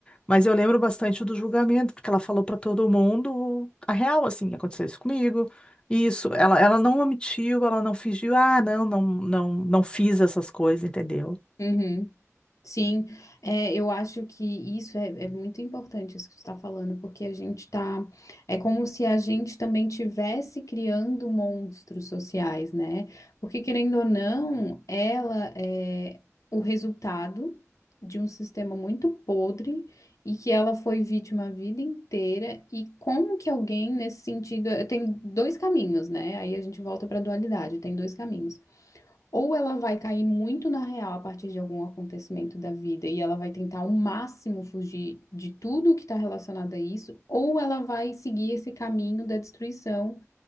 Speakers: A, on the left (about 20°); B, on the left (about 85°).
A: Mas eu lembro bastante do julgamento, porque ela falou para todo mundo a real, assim, aconteceu isso comigo. Isso, ela, ela não omitiu, ela não fingiu, ah, não, não, não, não fiz essas coisas, entendeu?
B: Uhum. Sim, é, eu acho que isso é, é muito importante, isso que você está falando, porque a gente está. É como se a gente também tivesse criando monstros sociais, né? Porque, querendo ou não, ela é o resultado de um sistema muito podre e que ela foi vítima a vida inteira. E como que alguém, nesse sentido, tem dois caminhos, né? Aí a gente volta para a dualidade, tem dois caminhos. Ou ela vai cair muito na real a partir de algum acontecimento da vida e ela vai tentar ao máximo fugir de tudo que está relacionado a isso, ou ela vai seguir esse caminho da destruição,